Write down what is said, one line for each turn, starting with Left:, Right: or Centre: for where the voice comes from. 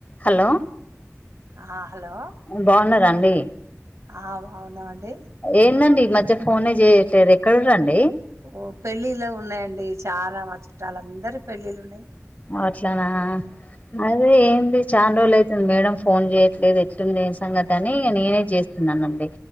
Left: Hello
Right: ఆ hello
Left: బా ఉన్నరా అండీ
Right: ఆ బావున్నాం అండి
Left: ఏందండి ఈ మధ్య ఫోనే జేయట్లేదు ఎక్కరుర్రండీ
Right: ఓ పెళ్ళిళ్ళ ఉన్నాయండి చాలా మా చుట్టాలు అందరి పెళ్ళిళ్ళు ఉన్నయ్
Left: అట్లనా అదే ఏంది చాన్ రోల్లు అయితుంది మేడం ఫోన్ జేయట్లేదు ఎట్టుందేస్ సంగతి అని నేనే జేస్తున్నానండి